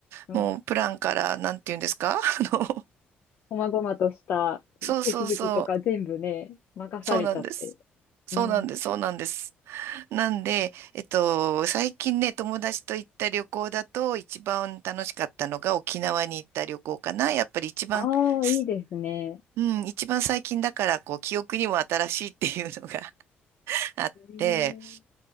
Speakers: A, on the left (about 55°); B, on the right (about 80°).
A: うん。
B: もうプランからなんて言うんですか <laughs> あの、
A: こまごまとした手続きとか全部ね、
B: そうそうそう、
A: 任されちゃって。
B: そうなんです。そうなんです、
A: うん。
B: そうなんです。なんで、えっと、最近ね、友達と行った旅行だと一番楽しかったのが沖縄に行った旅行かな。やっぱり一番、
A: ああ、
B: す
A: いいですね。
B: うん、一番最近だから、こう、記憶にも新しいっていうのが <laughs> あって、
A: えー、